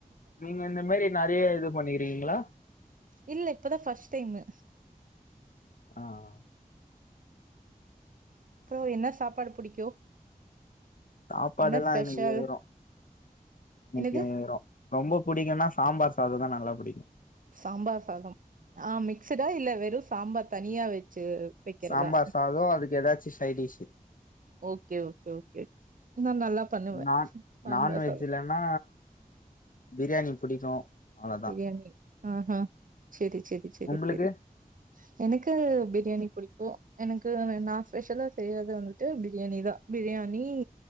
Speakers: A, on the left; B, on the right.
A: நீங்க இந்த மாரி நெறைய இது பண்ணிக்கிறீங்ளா
B: இல்ல இப்பதா ஃபஸ்ட் டைமு
A: ஆ ஆ
B: அப்றோ என்ன சாப்பாடு புடிக்கு?
A: சாப்பாடல்லா
B: என்ன ஸ்பெஷல்
A: எனக்கு <unintelligible> எனக்கு
B: என்னது
A: ரொ ரொம்ப புடிக்குன்னா சாம்பார் சாதொதா நல்லா புடிக்கு
B: சாம்பார் சாதம் ஆ மிக்ஸுடா இல்ல வெறு சாம்பார் தனியா வச்சு வைக்கிறதா
A: சாம்பார் சாதோ அதுக்கு எதா ச்சு ஸைடீஷு
B: ஓகே ஓகே ஓகே நா நல்லா பண்ணுவே
A: நான்
B: சாம்பார்
A: நான்வெஜ்லன்னா
B: சாதம்
A: பிரியாணி புடிக்கு அவ்ளோதா
B: பிரியாணி ஆஹ செரி செரி செரி
A: உங்களுக்கு
B: செரி எனக்கு பிரியாணி புடிக்கு எனக்கு நா ஸ்பெஷலா செய்றது வந்துட்டு பிரியாணி தா பிரியாணி